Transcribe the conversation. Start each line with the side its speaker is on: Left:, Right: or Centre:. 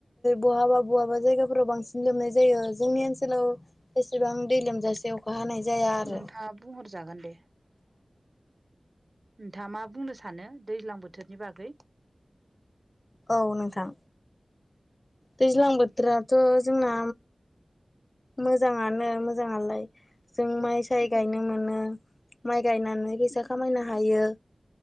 Left: बहाबा बहाबा जायगाफोराव बांसिन लोमनाय जायो जोंनि ओनसोलाव एसेबां दै लोमजासे अखा हानाय जाया आरो
Right: नोंथाङा बुंहरजागोन दे। नोंथाङा मा बुंनो सानो दैज्लां बोथोरनि बागै।
Left: औ नोंथां! दैज्लां बोथोराथ' जोंना मोजाङानो मोजाङालाय। जों माइ साय गायनो मोनो माइ गायनानै फैसा खामायनो हायो।